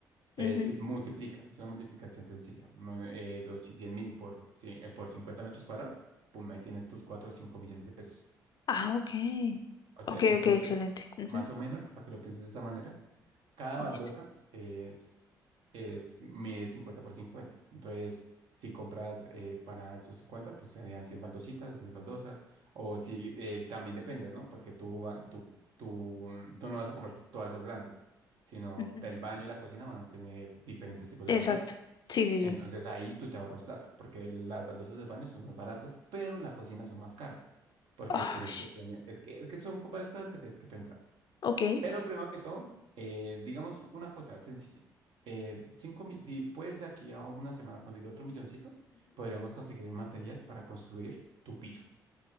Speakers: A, on the right; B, on the left.
A: Entonces,
B: Ujú.
A: si multiplica, es una multiplicación sencilla. Mm, Eh, dos- si cien mil por, cien eh, por 50 metros cuadrados, pum, ahí tienes tus 4 o 5 millones de pesos.
B: Ah, ok,
A: O sea,
B: ok,
A: entonces,
B: ok, excelente. Ujú,
A: más o menos, para que lo pienses de esa manera, cada baldosa
B: Listo.
A: es, es, mide cincuenta por cincuenta Entonces, si compras eh, para esos cincuenta pues serían 100 baldositas, 10 baldosas. O si eh, también depende, ¿no? Porque tú, va- tú, tú, tú no vas a comprar todas esas grandes, sino
B: Ujú,
A: el baño y la cocina van a tener diferentes tipos de
B: Exacto,
A: baldosas.
B: sí, sí,
A: Entonces
B: sí.
A: ahí tú te ahorras plata, porque las baldosas del baño son más baratas, pero la cocina son más caras, porque
B: Ah,
A: tienes
B: sh-
A: que tener, es que, es que son varias cosas que tienes que pensar.
B: ok.
A: Pero primero que todo, eh, digamos una cosa sencilla. Eh, cinco mi- si puedes de aquí a una semana conseguir otro milloncito, podríamos conseguir el material para construir tu piso.